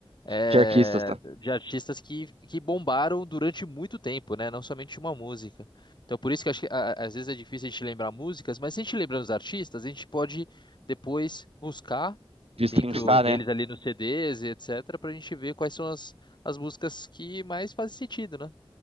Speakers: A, on the left; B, on the right.
A: eh,
B: De artistas, tá?
A: de artistas que, que bombaram durante muito tempo, né? Não somente uma música. Então, por isso que, acho que a- às vezes é difícil a gente lembrar músicas, mas se a gente lembrar os artistas, a gente pode depois buscar
B: De destrinchar,
A: dentro deles
B: né?
A: ali nos CDs e etc, pra gente ver quais são as, as músicas que mais fazem sentido, né?